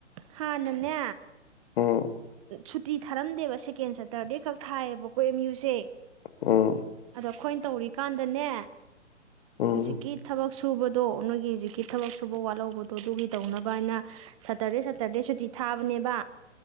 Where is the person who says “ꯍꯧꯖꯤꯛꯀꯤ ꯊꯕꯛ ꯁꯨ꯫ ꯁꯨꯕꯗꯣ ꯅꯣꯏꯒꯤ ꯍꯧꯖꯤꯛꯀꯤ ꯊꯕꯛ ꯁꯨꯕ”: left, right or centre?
Right